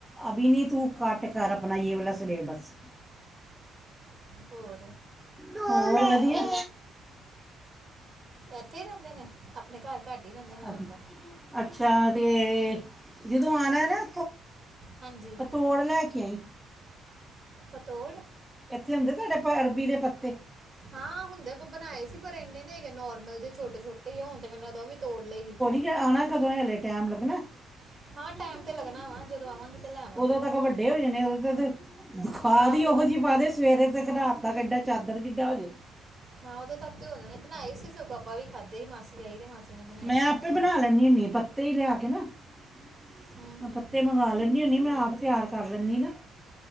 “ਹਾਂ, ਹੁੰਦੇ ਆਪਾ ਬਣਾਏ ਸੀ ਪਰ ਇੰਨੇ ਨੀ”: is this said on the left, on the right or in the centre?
Right